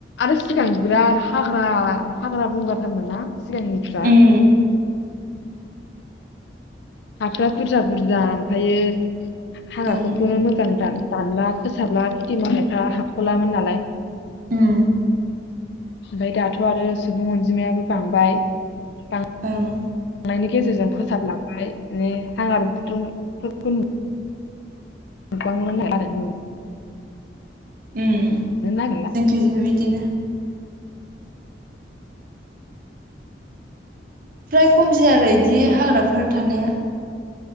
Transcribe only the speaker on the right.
उम
ओं
उम
ओं
उम
जोंथिजोंबो बिदिनो। फ्राय खमसै आरो इदि हाग्राफोर थानाया।